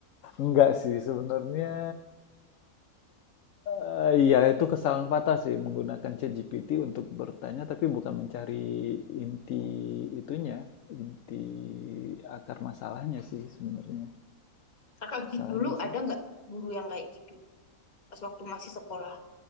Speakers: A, on the left (about 70°); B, on the left (about 30°).
A: <laughs> Enggak sih sebenarnya Eh, Iya, itu kesalahan fatal sih menggunakan ChatGPT untuk bertanya, tapi bukan mencari inti itunya, inti akar masalahnya sih sebenarnya.
B: Kakak
A: Kesalahannya
B: gitu dulu
A: di
B: ada
A: sana.
B: nggak guru yang kayak gitu pas waktu masih sekolah